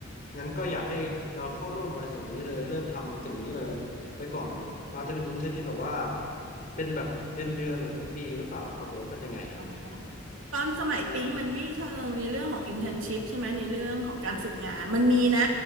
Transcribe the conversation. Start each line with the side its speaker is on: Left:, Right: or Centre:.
Left: งั้นก็อยากให้เราเข้าร่วมบริษัทนี้เลยเริ่มทำในสิ่งนี้เลยไปก่อนเลยอาจจะเป็นอินเท n ร์นที่แบบว่าเป็นแบบเดือนเดือนหรือเป็นปีหรือเปล่าครับหรือว่าเป็นยังไงอ่ะ
Right: อ๋อตอนสมัยปิ๊งมันไม่เชิงในเรื่องของ i n t e r n s h i p ใช่ไหมในเรื่องของการฝึกงานมันมีนะ